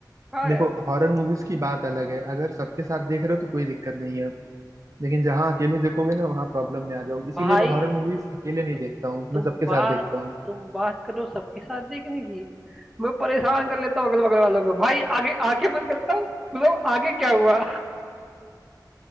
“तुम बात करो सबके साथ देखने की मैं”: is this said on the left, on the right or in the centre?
Centre